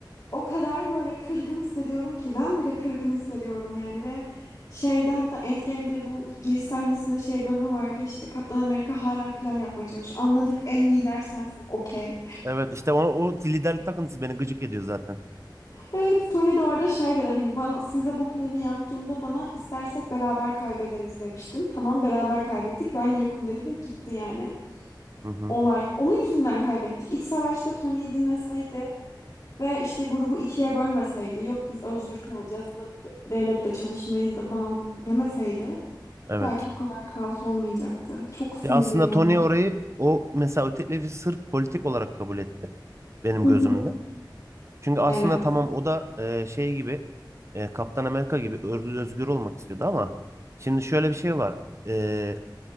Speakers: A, on the left; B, on the right.
A: o kadar böyle kırgın hissediyorum ki ben bile kırgın hissediyorum yani ve şeyde hatta Endgame'de bu giriş sahnesinde şey bölümü vardı işte Kaptan Amerika hala plan yapmaya çalışıyor. Anladık en lider sensin okey.
B: Evet işte o, o liderlik takıntısı beni gıcık ediyor zaten.
A: Evet, Tony de orada şey dedi hani bana size bu planı yaptığımda bana istersek beraber kaybederiz demiştin. Tamam beraber kaybettik. Ben yokum dedi ve gitti yani.
B: Hı hı.
A: Olay. Onun yüzünden kaybettik. İç savaşta Tony'yi dinleseydi ve işte grubu ikiye bölmeseydi. Yok biz özgür kalacağız da devlette çalışmayız da falan demeseydi
B: Evet.
A: belki bu kadar kaos olmayacaktı. Çok sinirliyim
B: Ya aslında
A: ona.
B: Tony orayı o mesela o teklifi sırf politik olarak kabul etti benim
A: Hı
B: gözümde.
A: hı.
B: Çünkü aslında
A: Evet.
B: tamam o da e, şey gibi e, Kaptan Amerika gibi özgür, özgür olmak istiyordu ama şimdi şöyle bir şey var. E,